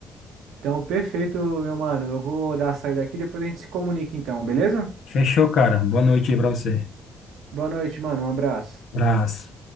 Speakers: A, on the right; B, on the left.
A: Então, perfeito, meu mano. Eu vou dar a saída aqui, depois a gente se comunica então, beleza?
B: Fechou, cara. Boa noite aí pra você.
A: Boa noite, mano. Um abraço.
B: Abraço.